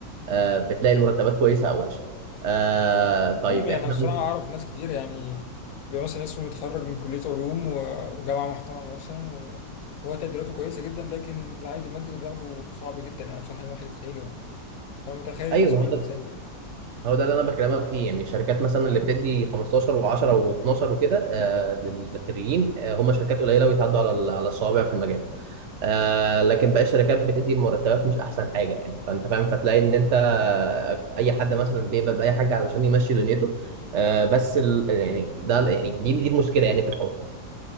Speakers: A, on the right (about 55°); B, on the left (about 65°).
A: آه، بتلاقي المرتبات كويسه او وحشه آه، طيب
B: مفهوم يعني
A: احنا
B: انا الصراحه
A: ممكن
B: اعرف ناس كتير يعني بيبقى مثلا اسمه متخرج من كليه علوم و- وجامعه محترمه مثلا و- وهو تقديراته كويسه جدا لكن العائد المادي اللي بياخده صعب جدا يعني بصراحه الواحد يتخيله يعني انا متخيل
A: ايوه
B: بصراحه
A: ما هو ده
B: المأساة دي يعني
A: هو ده اللي انا بكلمك فيه يعني الشركات مثلا اللي بتدي 15 و10 و12 وكده آه للخريجين آه هم شركات قليله ويتعدوا على ال- على الصوابع في المجال آه لكن باقي الشركات بتدي المرتبات مش احسن حاجه يعني فانت فاهم فتلاقي ان انت آه، اي حد مثلا بيقبل باي حاجه علشان يمشي دنيته آه بس ال يعني ده يعني دي دي المشكله يعني في الحوار